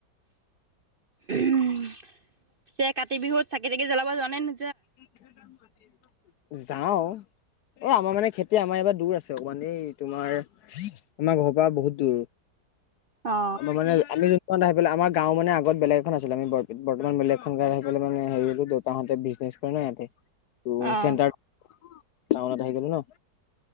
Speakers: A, on the right; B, on the left.
A: এতিয়া কাতি বিহুত চাকি তাকি জ্বলাব যোৱা নে নো
B: <unintelligible> যাওঁ এ আমাৰ মানে খেতি আমাৰ ইয়াৰ পৰা দূৰ আছে আও মানেই তোমাৰ আমাৰ ঘৰৰ পৰা বহুত দূৰ
A: অ।
B: আমাৰ মানে আমি যোন <unintelligible> আহি পেলে আমাৰ গাঁও মানে আগত বেলেগ এখন আছিল আমি <unintelligible> বৰ্তমান বেলেগখন গাঁওত আহি পেলে মানে <unintelligible> দেউতাহতে বিজনেজ কোনো এহেতে তো
A: অ
B: চেণ্টাৰ টাউনত আহি কেনে নহ